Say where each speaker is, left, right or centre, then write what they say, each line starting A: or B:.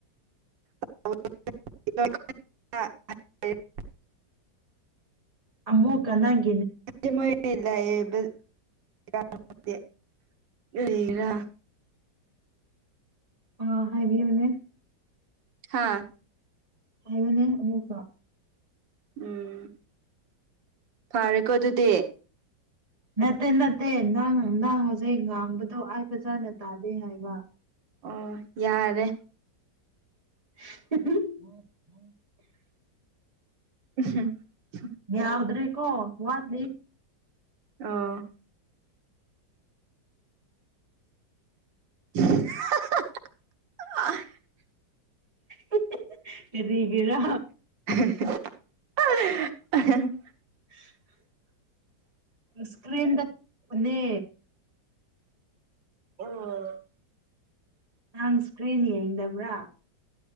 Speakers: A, on the right; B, on the right.
A: <unintelligible>
B: ꯑꯃꯨꯛꯀ ꯅꯪ
A: ꯗꯨ ꯃꯣꯢ ꯂꯩꯕ <unintelligible> ꯀꯔꯤꯔ
B: ꯑ ꯍꯥꯏꯕꯤꯌꯨꯅꯦ
A: ꯍꯥꯥ
B: ꯍꯥꯏꯌꯨꯅꯦ ꯑꯃꯨꯛꯀ
A: ꯎꯝ ꯐꯥꯔꯦꯀꯣ ꯑꯗꯨꯗꯤ
B: ꯅꯠꯇꯦ ꯅꯠꯇꯦ ꯅꯪ ꯅꯪ ꯍꯧꯖꯤꯛ ꯉꯥꯡꯕꯗꯣ ꯑꯩ ꯐꯖꯟꯅ ꯇꯥꯗꯦ ꯍꯥꯏꯕ
A: ꯑꯣ ꯌꯥꯔꯦ
B: <unintelligible>
A: <unintelligible>
B: ꯌꯥꯎꯗ꯭ꯔꯦ ꯀꯣ ꯋꯥꯠꯂꯤ
A: ꯑꯣ <unintelligible>
B: <unintelligible> ꯀꯔꯤꯒꯤꯔꯥ
A: <unintelligible>
B: <inaudible> ꯏꯁꯀ꯭ꯔꯤꯟꯗ ꯄꯅꯦ
A: ꯑꯣ
B: ꯅꯪ ꯁ꯭ꯀ꯭ꯔꯤꯟ ꯌꯦꯡꯗꯕ꯭ꯔꯥ